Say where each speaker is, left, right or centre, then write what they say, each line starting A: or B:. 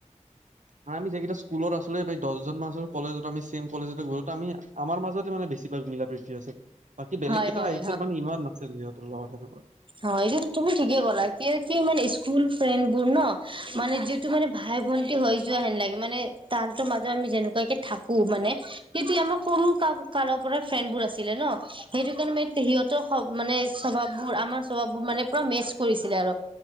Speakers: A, on the right; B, on the right.
A: হা আমি যেকেটা স্কুলত আছ কমেও আমি দহজন মান আছিলো কলেজত আমি চেম কলেজতে গ'ল আমি আমাৰ মাজতে মানে বেছিভাগ মিলা প্ৰীতি আছিল বাকী বেলেগ
B: হয়
A: কেইটাও
B: হয়
A: আহিছিল মানে ইমান নাছিল সিহঁতৰ লগত হেনকা
B: অ এইটো তুমি ঠিকে কলা কি কি মানে স্কু স্কুল ফ্ৰেণ্ বোৰ ন মানে যিহেতু মানে ভাই ভন্টি হৈ যোৱা হেন লাগে মানে তাহতৰ মাজত আমি আমি যেনেকুৱাকে থাকো মানে সিতি আমাৰ সৰু কা কালৰ পৰা ফ্ৰেণ্ড বোৰ আছিলে ন সেইটো কাৰণে ম সিহঁতৰ মানে স্বভাৱবোৰ আমাৰ স্বভাৱবোৰ মানে পুৰা মেচ কৰিছিলে আৰু